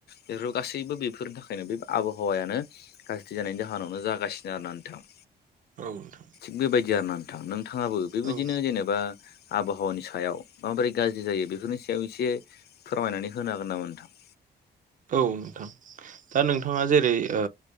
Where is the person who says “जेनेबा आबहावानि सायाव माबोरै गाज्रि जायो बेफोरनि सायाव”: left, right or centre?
Left